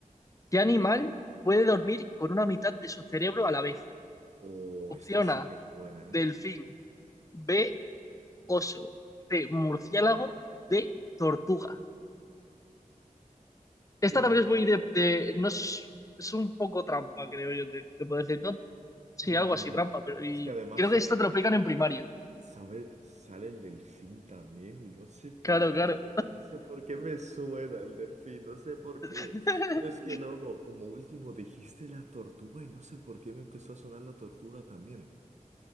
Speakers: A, on the left (about 25°); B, on the right (about 55°).
A: ¿Qué animal puede dormir con una mitad de su cerebro a la vez?
B: Oh,
A: Opción
B: esta sí
A: A,
B: que es buena,
A: delfín.
B: ¿eh?
A: B, oso. C, murciélago. D, tortuga. Esta
B: Uh,
A: también es muy de... de- no es, es un poco trampa, creo yo, te, te puedo decir. No, sí,
B: mm,
A: algo así, trampa, pero y,
B: es que además
A: creo
B: sale,
A: que esto te lo explican en primaria.
B: sabe- sale el delfín también y no sé por
A: Claro,
B: qué,
A: claro.
B: no sé por qué me suena el delfín, no sé por qué.
A: <laughs>
B: Pero es que luego, como último, dijiste la tortuga y no sé por qué me empezó a sonar la tortuga también.